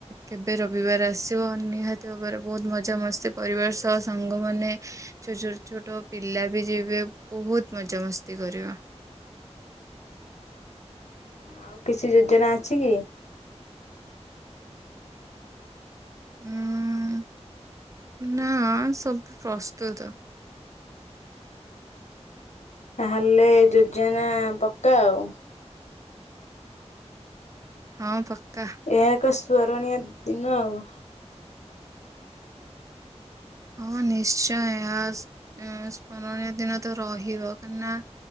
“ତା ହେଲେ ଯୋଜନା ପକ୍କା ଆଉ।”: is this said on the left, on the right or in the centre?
Left